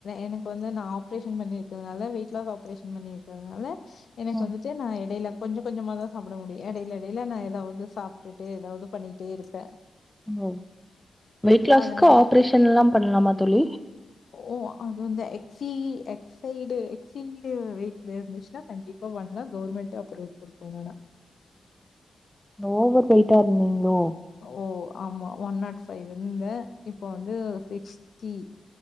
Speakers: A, on the left; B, in the centre.
A: எனக்கு வந்து நா ஆப்ரேஷன் பண்ணிருக்கனால வெயிட் <unintelligible> ஆப்ரேஷன் பண்ணிருக்கதுனால எனக்கு
B: ஓ
A: வந்து ட்டு நா எடையில கொஞ்சோ கொஞ்சோமா தா சாப்ட முடியு எடைல எடைல நா ஏதாவது சாப்டுட்டு ஏதாவது பண்ணிட்டேருப்பே
B: ஒ வெயிட் லாஸ்க்கு
A: அதனால
B: ஆப்ரேஷன்லா பண்ணலாமா தோழி
A: ஓ அது வந்து எக் சி இ எக் சைடு எ சீடு வெயிட்ல இருந்துச்சுன்னா கண்டிப்பா பண்ணலா கவர்மெண்ட்டே அப்ரூவல் குடுக்கு இல்லனா
B: ஓவர் வெயிட்டாருந்தீங்ளோ
A: ஓ ஆமா ஒன் நாட் ஃபைவ் இருந்தே இப்போ வந்து சிக்ஸ்டி